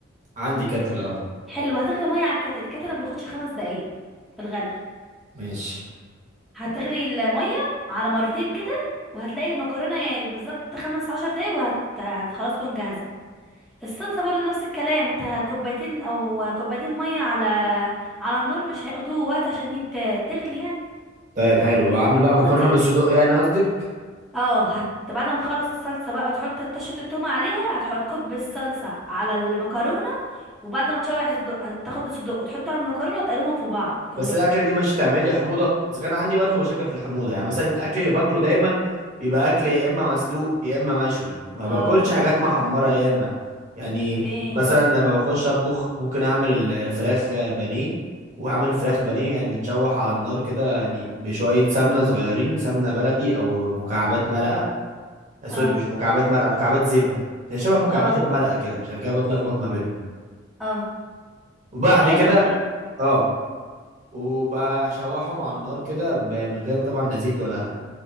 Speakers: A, on the right; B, in the centre.
A: عندي كاتل اه
B: حلو هتغلي مية على الكتل الكتل ما بياخدش خمس دقايق في الغلي
A: ماشي
B: هتغلي المية على مرتين كده وهتلاقي المكرونة يعني بالظبط خمس عشر دقايق وهت هت- خلاص تكون جاهزة الصلصة برضو نفس الكلام انت كوبايتين او كوبايتين مية على على النار مش هياخدوا وقت عشان ينت- تغلي يعني
A: طيب حلو بعمل بقى
B: تاخد
A: مكرونه
B: دقيقتين
A: بالصدق يعني قصدك
B: اه هت بعد ما تخلص الصلصة بقى وتحط طشة التومة عليها هتحط كوب الصلصة على المكرونة وبعد ما تشوح الصدوق هتاخد الصدوق تحطه على المكرونة وتقلبهم في بعض كلهم
A: بس الاكله دي مش هتعمل لي حموضه اذا كان عندي برضه مشاكل في الحموضه يعني مثلا الاكل اللي باكله دايما بيبقى اكل يا اما مسلوق يا اما مشوي ما
B: اه
A: باكلش حاجات محمره ياما يعني
B: اوكي
A: مثلا لما بخش اطبخ ممكن اعمل الفراخ بانيه واعمل الفراخ بانيه يعني متشوح على النار كده يعني بشويه سمنه صغيرين سمنه بلدي او مكعبات مرقه آه، سوري
B: اه
A: مش مكعبات مرقه مكعبات زبده هي شبه مكعبات
B: اه
A: المرقه كده عشان كده بتلخبط ما بينهم
B: اه
A: وبعد
B: حلو
A: كده
B: ده
A: اه وبشوحهم على النار كده ب- من غير طبعا لا زيت ولا